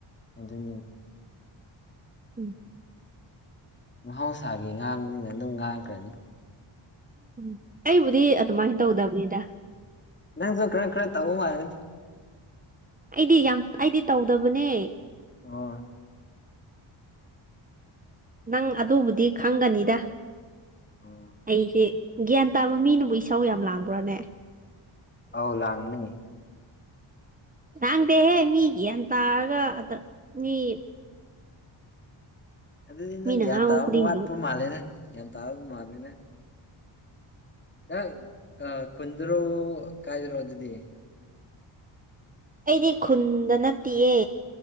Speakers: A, on the left; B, on the right.
A: ꯑꯗꯨ
B: ꯎꯝ
A: ꯃꯍꯧꯁꯥꯒꯤ ꯉꯥꯡꯕꯅꯤꯅ ꯑꯗꯨꯝ ꯉꯥꯡꯈ꯭ꯔꯅꯤ
B: ꯎꯝ ꯑꯩꯕꯨꯗꯤ ꯑꯗꯨꯃꯥꯏꯅ ꯇꯧꯗꯕꯅꯤꯗ
A: ꯅꯪꯁꯨꯣ ꯈꯔ ꯈꯔ ꯇꯥꯧ ꯃꯥꯔ
B: ꯑꯩꯗꯤ ꯌꯥꯝ ꯑꯩꯗꯤ ꯇꯧꯗꯕꯅꯦ
A: ꯑꯣ
B: ꯅꯪ ꯑꯗꯨꯕꯨꯗꯤ ꯈꯪꯒꯅꯤꯗ
A: ꯑꯣ
B: ꯑꯩꯁꯦ ꯒ꯭ꯌꯥꯟ ꯇꯥꯕ ꯃꯤꯅꯕꯨ ꯏꯁꯧ ꯌꯥꯝ ꯂꯥꯡꯕ꯭ꯔꯣꯅꯦ
A: ꯑꯧ ꯂꯥꯡꯅꯤꯡꯉ
B: ꯂꯥꯡꯗꯦꯍꯦ ꯃꯤ ꯒ꯭ꯌꯥꯟ ꯇꯥꯔꯒ ꯑ ꯃꯤ
A: ꯑꯗꯨꯗꯤ ꯅꯪ
B: ꯃꯤꯅ
A: ꯒ꯭ꯌꯥꯟ
B: ꯉꯥꯡꯕ
A: ꯇꯥꯕ
B: ꯈꯨꯗꯤꯡꯗꯨ
A: ꯋꯥꯠꯄ ꯃꯥꯜꯂꯦꯅꯦ ꯒ꯭ꯌꯥꯟ ꯇꯥꯕ ꯃꯥꯜꯂꯦꯅꯦ ꯅꯪ ꯈꯨꯟꯗꯔꯣ ꯀꯥꯏꯗꯔꯣ ꯑꯗꯨꯗꯤ
B: ꯑꯩꯗꯤ ꯈꯨꯟꯗ ꯅꯠꯇꯦꯌꯦ